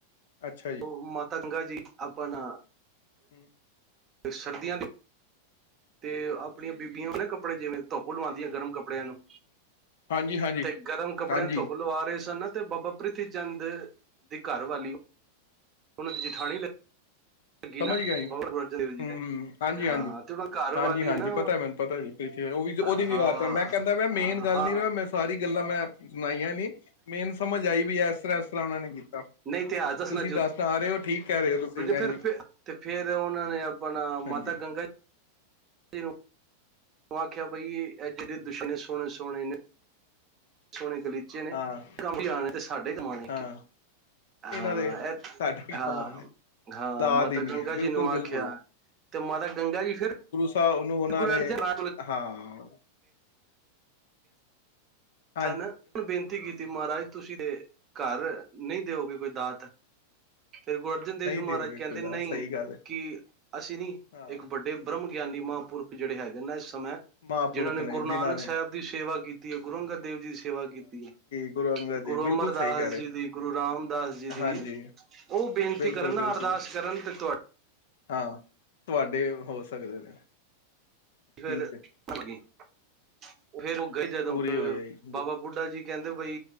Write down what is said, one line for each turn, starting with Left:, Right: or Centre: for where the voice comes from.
Left: ਅੱਛਾ ਜੀ
Right: ਉਹ ਮਾਤਾ ਗੰਗਾ ਜੀ ਆਪਣਾ
Left: ਹੂੰ।
Right: ਸਰਦੀਆਂ ਦੀ ਤੇ ਆਪਣੀਆਂ ਬੀਬੀਆਂ ਨਾ ਕੱਪੜੇ ਜਿਵੇਂ ਧੁੱਪ ਲਵਾਉਦੀਆਂ ਗਰਮ ਕੱਪੜਿਆਂ ਨੂੰ।
Left: ਹਾਂਜੀ ਹਾਂਜੀ
Right: ਤੇ ਗਰਮ ਕੱਪੜਿਆਂ
Left: ਹਾਂਜੀ
Right: ਨੂੰ ਧੁੱਪ ਲਵਾ ਰਹੇ ਸਨ ਤੇ ਬਾਬਾ ਪ੍ਰਿਥੀ ਚੰਦ ਦੀ ਘਰਵਾਲੀ ਉਹਨਾਂ ਦੀ ਜਠਾਣੀ ਲੱਗੀ ਨਾ
Left: ਸਮਝ ਗਿਆ ਜੀ। ਹੂੰ
Right: ਬਾਬਾ ਗੁਰੂ ਅਰਜਨ ਦੇਵ ਜੀ ਦੇ
Left: ਹੂੰ ਹਾਂਜੀ
Right: ਹਾਂ
Left: ਹਾਂਜੀ।
Right: ਤੇ ਉਹਨਾਂ ਘਰ
Left: ਹਾਂਜੀ
Right: ਵਾਲੀ
Left: ਹਾਂਜੀ
Right: ਨਾ
Left: ਪਤਾ ਮੈਨੂੰ ਪਤਾ ਐ ਜੀ। ਤੇ ਫੇਰ ਉਹ ਵੀ
Right: ਹਾਂ
Left: ਉਹਦੀ ਵੀ ਆਵਾਤ ਮੈਂ ਕਹਿੰਦਾ ਮੈਂ ਮੇਨ ਗੱਲ
Right: ਹਾਂ
Left: ਨਹੀਂ ਮੈਂ ਮੈਂ ਸਾਰੀ ਗੱਲਾਂ ਮੈਂ ਆਪ ਸੁਣਾਈਆਂ ਨਹੀਂ। ਮੇਨ ਸਮਝ ਆਈ ਵੀ ਹੈ। ਇਸ ਤਰਾਂ ਇਸ ਤਰਾਂ ਉਹਨਾਂ ਨੇ ਕੀਤਾ। ਤੁਸੀਂ
Right: ਨਹੀਂ ਇਤਿਹਾਸ ਦੱਸਣਾ
Left: ਦੱਸ ਰਹੇ ਹੋ ਠੀਕ ਕਹਿ ਰਹੇ ਹੋ। ਤੁਸੀਂ ਵੀ ਹਾਂਜੀ
Right: ਫਿਰ ਤੇ ਫਿਰ ਉਹਨਾਂ ਨੇ ਆਪਣਾ
Left: ਹਾਂਜੀ
Right: ਮਾਤਾ ਗੰਗਾ ਜੀ ਨੂੰ ਉਹ ਆਖਿਆ ਬਈ ਇਹ ਜਿਹੜੇ ਬਿਸਤਰੇ ਸੋਹਣੇ ਸੋਹਣੇ ਨੇ। ਸੋਹਣੇ ਗਲੀਚੇ ਨੇ
Left: ਹਾਂ
Right: ਕੰਮ ਵੀ ਆਉਣੇ ਤੇ ਸਾਡੇ ਕੰਮ ਆਉਣੇ।
Left: ਹਾਂ ਇਹਨਾਂ
Right: ਹਾਂ
Left: ਦੇ
Right: ਇਹ,
Left: ਸਾਡੇ ਕੰਮਾਂ
Right: ਹਾਂ,
Left: ਨੇ
Right: ਹਾਂ
Left: ਔਲਾਦ
Right: ਮਾਤਾ
Left: ਹੀ ਨਹੀਂ
Right: ਗੰਗਾ
Left: ਹੈ ਬਿਲਕੁਲ
Right: ਜੀ ਨੂੰ
Left: ਬਿਲਕੁਲ
Right: ਆਖਿਆ। ਤੇ ਮਾਤਾ ਗੰਗਾ ਜੀ ਫਿਰ
Left: ਤਾਂ ਉਹਨੂੰ ਉਹਨਾਂ
Right: ਗੁਰੂ
Left: ਨੇ
Right: ਅਰਜਨ ਦੇਵ ਕੋਲ
Left: ਹਾਂ। ਜ?
Right: ਸਾਨੇ, ਹੁਣ ਬੇਨਤੀ ਕੀਤੀ ਮਹਾਰਾਜ ਤੁਸੀਂ ਦੇ ਘਰ ਨਹੀਂ ਦਿਓਗੇ ਕੋਈ ਦਾਤ? ਫਿਰ ਗੁਰੂ ਅਰਜਨ ਦੇਵ
Left: ਨਹੀਂ
Right: ਜੀ ਮਹਾਰਾਜ
Left: ਦਿਓਗੇ
Right: ਕਹਿੰਦੇ
Left: ਖੁਦਾ
Right: ਨਹੀਂ
Left: ਸਹੀ ਗੱਲ ਹੈ
Right: ਕਿ ਅਸੀਂ ਨਹੀਂ
Left: ਹਾਂ,
Right: ਇੱਕ ਵੱਡਾ ਤੇ ਬ੍ਰਹਮ ਗਿਆਨੀ ਮਹਾਂਪੁਰਖ ਜਿਹੜੇ ਹੈਗੇ ਨੇ ਇਸ ਸਮੇਂ
Left: ਮਹਾਂਪੁਰਖ
Right: ਜਿਹਨਾਂ ਨੇ ਗੁਰੂ
Left: ਜਿਨ੍ਹਾਂ
Right: ਨਾਨਕ
Left: ਨੇ
Right: ਸਾਹਿਬ ਦੀ ਸੇਵਾ ਕੀਤੀ ਹੈ। ਗੁਰੂ ਅੰਗਦ ਦੇਵ ਜੀ ਦੀ ਸੇਵਾ ਕੀਤੀ ਹੈ।
Left: ਗੁਰੂ ਅੰਗਦ ਦੇਵ
Right: ਗੁਰੂ
Left: ਬਿਲਕੁਲ
Right: ਅਮਰਦਾਸ
Left: ਸਹੀ ਕਹਿ ਰਹੇ।
Right: ਜੀ ਦੀ, ਗੁਰੂ ਰਾਮਦਾਸ ਜੀ ਦੀ
Left: ਹਾਂਜੀ,
Right: ਉਹ ਬੇਨਤੀ
Left: ਬਿਲਕੁਲ-ਬਿਲਕੁਲ
Right: ਕਰਨ ਨਾ ਅਰਦਾਸ ਕਰਨ ਤੇ ਤੁਹਾ
Left: ਹਾਂ, ਤੁਹਾਡੇ ਹੋ ਸਕਦੇ ਨੇ।
Right: ਫੇਰ
Left: ਠੀਕ ਹੈ,
Right: <inaudible> ਫੇਰ ਉਹ ਗਈ ਜਦੋਂ
Left: ਪੂਰੀ ਹੋ ਜਾਏਗੀ।
Right: ਬਾਬਾ ਬੁੱਢਾ ਜੀ ਕਹਿਦੇ ਬਈ